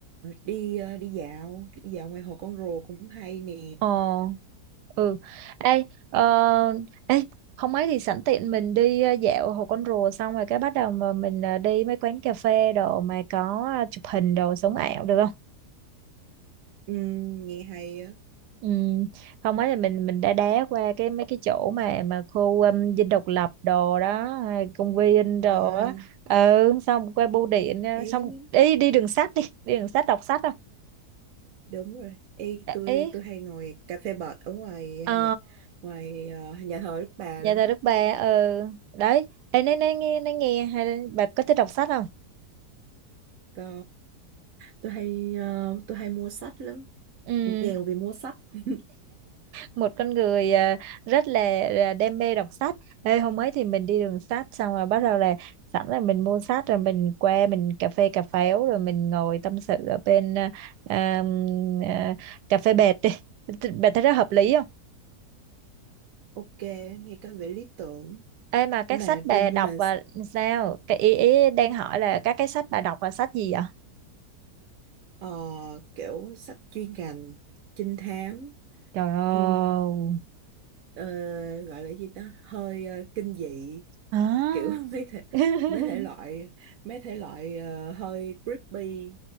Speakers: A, on the right; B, on the right.
A: đi ờ, đi dạo đi dạo ngoài hồ Con Rùa cũng hay nè
B: Ờ, ừ. Ê, ờ, ê, không ấy thì sẵn tiện mình đi ờ, dạo Hồ Con Rùa xong rồi cái bắt đầu mà mình ờ, đi mấy quán cà phê đồ mà có ờ, chụp hình đồ sống ảo được không?
A: Ừm, nghe hay á
B: Ừ, không ấy là mình mình đã đá qua cái mấy cái chỗ mà mà khu um, Dinh Độc Lập đồ đó, hay công viên đồ
A: à,
B: á. Ừ, xong qua bưu điện, ờ,
A: ấy
B: xong đi đi đường sách đi, đi đường sách đọc sách không?
A: đúng rồi ấy tôi
B: Ý,
A: tôi hay ngồi cà phê bệt ở ngoài
B: Ờ
A: nhà ngoài ờ, nhà thờ Đức Bà
B: Nhà
A: lắm
B: thờ Đức Bà ừ đấy Ê, nói nói nghe nói nghe hay là bà có thích đọc sách không
A: có tôi hay ờ, tôi hay mua sách lắm
B: Ừm,
A: nghèo vì mua sách <laughs>
B: một con người à, rất là, là đam mê đọc sách Ê, hôm ấy thì mình đi đường sách xong rồi bắt đầu là sẵn là mình mua sách rồi mình qua mình cà phê cà pháo rồi mình ngồi tâm sự ở bên à, à, à, cà phê bệt đi Thì bà thấy rất hợp lý không
A: Ok, nghe có vẻ lý tưởng.
B: Ê mà các
A: nhưng mà
B: sách bà
A: truyền nhưng
B: đọc
A: mà
B: là sao cái ý, ý đang hỏi là các cái sách bà đọc là sách gì vậy
A: ờ, kiểu sách chuyên ngành trinh thám
B: trời ơi
A: ừm, ờ, gọi là gì ta hơi ờ, kinh dị
B: à.
A: kiểu <laughs> mấy thể
B: <laughs>
A: mấy thể loại mấy thể loại ờ, hơi creepy